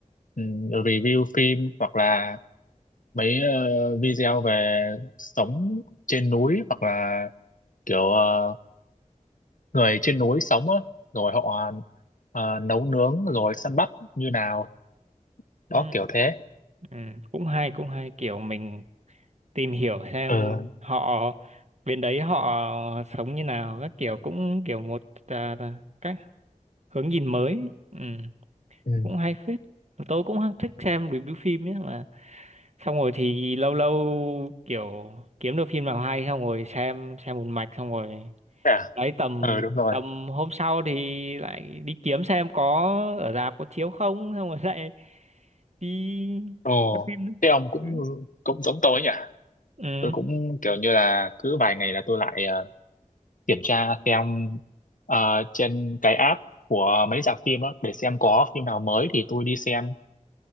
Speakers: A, on the left (about 75°); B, on the right (about 55°).
A: ừm, review phim hoặc là mấy ờ, video về sống trên núi hoặc là kiểu ờ, người trên núi sống á rồi họ ờ, nấu nướng rồi săn bắt như nào đó
B: ừ,
A: kiểu thế
B: ừ cũng hay cũng hay kiểu mình tìm hiểu xem
A: ờ
B: họ bên đấy họ sống như nào các kiểu cũng kiểu một à, là cách hướng nhìn mới ừ,
A: ừ.
B: cũng hay phết Mà tôi cũng thích xem review phim ấy mà xong rồi thì lâu lâu kiểu kiếm được phim nào hay xong rồi xem xem một mạch xong rồi
A: Thế à
B: đấy tầm
A: ờ đúng rồi
B: tầm hôm sau thì lại đi kiếm xem có ở rạp có chiếu không xong rồi <laughs> lại đi
A: ồ
B: xem phim nữa
A: thế ông cũng
B: Đấy.
A: cũng giống tôi nhỉ
B: ừ
A: tôi cũng kiểu như là cứ vài ngày là tôi lại ờ, kiểm tra xem ờ, trên cái app của mấy rạp phim á để xem có phim nào mới thì tôi đi xem